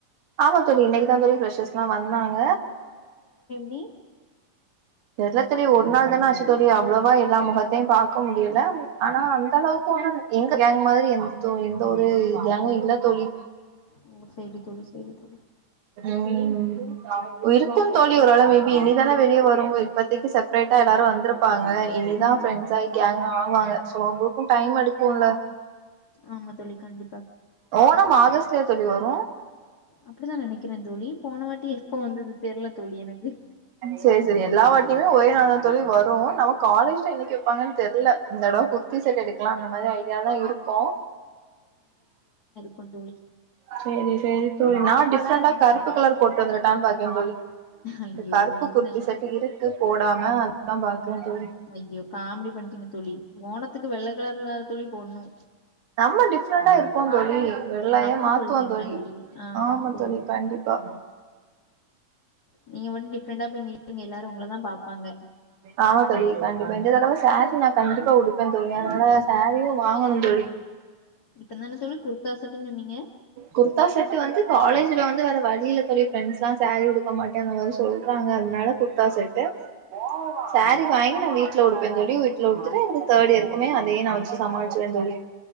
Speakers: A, on the right (about 75°); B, on the left (about 85°).
A: ஆமா தோழி இன்னக்கி தா தோழி ஃப்ரெஷர்ஸ்க்லா வந்தாங்க
B: மி
A: தெர்ல தோழி ஒரு நாள் தான ஆச்சு தோழி அவ்ளோவா எல்லா முகத்தையும் பாக்க முடியல ஆனா அந்த அளவு எங்க கேங்க் மாதிரி எந்த தோ எந்த ஒரு கேங்கு இல்ல தோழி
B: ஓ செரி தோழி செரி தோழி
A: ம் இருக்குந்தோழி ஒரு அளவு மேபி இனிதான வெளிய வரு இப்பத்திக்கி செப்ரேட்டா எல்லாரு வந்தற ப்பாங்க இனிதா
B: ஆமா
A: ஃப்ரெண்ட்ஸ் ஆயி
B: தோழி
A: கேங்க் ஆவாங்க சோ அவ்ங்களுக்கு டைம் எடுக்குல
B: ஆமா தோழி கண்டிப்
A: ஓனம் ஆகஸ்ட்லயா தோழி வரு
B: அப்பிடிதா நனக்கிற தோழி போன வாட்டி எப்ப வந்தது தெர்ல தோழி எனக்கு
A: செரி செரி எல்லா வாட்டியுமே ஒரே நாளா தா தோழி வரு நம்ம காலேஜ்ல என்னெக்கி வெப்பாங்கன்னு தெர்ல இந்தடவ குர்த்தி செட் எடுக்கலா அந்த மாரி ஐடியா தா இருக்கோ
B: கொந் தோழி
A: செரி செரி தோழி நா டிஃப்ரண்டா கருப்பு கலர் போட்டு வந்தரட்டான் பாக்கறேந்தோழி
B: ஐயோ
A: இந்த கருப்பு
B: என்ன
A: குர்த்தி
B: தோழி
A: செட்டு இருக்கு போடாம அதா பாக்கெறந்தோழி
B: ஐயோ காமெடி பண்றீங்க தோழி ஓனத்துக்கு வெள்ள கலரு இல்ல தோழி போட்னு
A: நம்ம டிஃப்ரண்ட்டா இருப்போ தோழி வெள்ளய
B: அப்டி
A: மாத்துவோ
B: சொல்றீங்களா
A: தோழி
B: ஆ
A: ஆமா
B: சேரி
A: தோழி கண்டிப்பா
B: நீங்க மட்டு டிஃப்ரண்ட்டா போய் நில்பீங்க எல்லாரு உங்களதா பாப்பாங்க
A: ஆமா தோழி கண்டிப்பா இந்த தடவ சேரீ நா கண்டிப்பா உடுப்பே தோழி அதனால சேரீயு வாங்கணு தோழி
B: இப்ப தான தோழி குர்த்தாசெட்டுனு சொன்னீங்க
A: குர்த்தா செட்டு வந்து காலேஜ்ல வந்து வேற வழியில்ல தோழி ஃப்ரெண்ஸ்லா சேரீ உடுக்க மாட்டே அந்த மாரி சொல்றா த்தாங்க அதனால குர்த்தா செட்டு சேரீ வாங்கி நா வீ ட்ல உடுப்பே தோழி வீட்ல குடுத்துட்டு தேர்ட் இயர்க்குமே அதே நா வெச்சு சாமளிச்சுவே தோழி